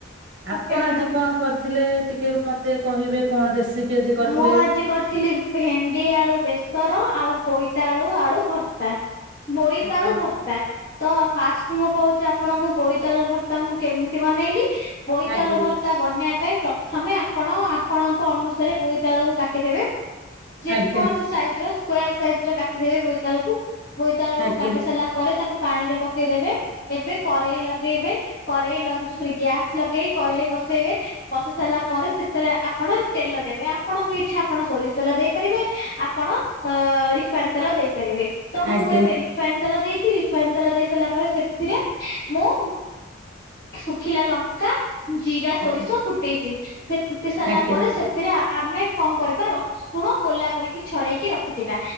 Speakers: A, on the right (about 60°); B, on the left (about 45°).
A: ଆପଣ
B: ଓକେ ମ୍ୟାଡ଼ାମ।
A: ଆଜି କଣ କରିଥିଲେ ଟିକେ ମତେ କହିବେ କଣ ରେସିପି ଆଜି କରିଥିଲେ?
B: ମୁଁ ଆଜି କରିଥିଲ ଥିଲି ଭେଣ୍ଡି ଆଳୁ ବେସର ଆଉ ବୋଇତାଳୁ ଆଳୁ ଭର୍ତ୍ତା ବୋଇତାଳୁ
A: ଆଜ୍ଞା
B: ଭର୍ତ୍ତା ତ ଫାଷ୍ଟ ମୁଁ କହୁଛି ଆପଣଙ୍କୁ ବୋଇତାଳୁ ଭର୍ତ୍ତା ମୁଁ କେମିତି ବନେଇଲି ବୋଇତାଳୁ
A: ଆଜ୍ଞା
B: ଭର୍ତ୍ତା ବନେଇବା ପାଇଁ ପ୍ରଥମେ ଆପଣ ଆପଣଙ୍କ ଅନୁସାରେ ବୋଇତାଳକୁ କାଟିଦେବେ ଯେକୌଣସି
A: ଆଜ୍ଞା
B: ସାଇଜ ର ାର ସାଇଜରେ କାଟିଦେବେ ବୋଇତାଳ କକୁ ବୋଇତାଳୁକୁ
A: ଆଜ୍ଞା
B: କାଟି ସାରିଲା ପରେ ତାକୁ ପାଣି ରେ ପକେଇଦେବେ ଏବେ କରେେଇ ଲଗେଇବେ କରେଇ ଲଗଛ ସେଠ ଗ୍ୟାସ୍ ଲଗେଇ କରେେଇ ବସେଇବେ ବସେଇ ସାରିଲା ପରେ ସେଥିରେ ଆପଣ ତେଲ ଦେବେ ଆପଣଙ୍କ ଇଚ୍ଛା ଆପଣ ସୋରିଷ ତେଲ ଦେଇପାରିବେ ଆପଣ ଅ ରିଫାଇନ୍ ତେଲା ଦେଇପାରିବେ ତ ମୁଁ
A: ଆଜ୍ଞା
B: ଏବେ ରିଫାଇନ ତେଲ ଦେଇଛି ରିଫାଇନ ତେଲ ଦେଇ ସାରିଲା ପରେ ସେଥିରେ ମୁଁ ଶୁଖିଲା ଲଙ୍କା ଜିରା ସୋରିଷ
A: ଆଜ୍ଞା
B: ଫୁଟେଇଛି ସେ ଫୁଟି ସାରିଲା
A: ଆଜ୍ଞା
B: ପରେ ସେଥିରେ ଆମେ କଣ କରିବା ରସୁଣ କୋଲା କରିକି ଛଡେଇକି ରଖିଥିବା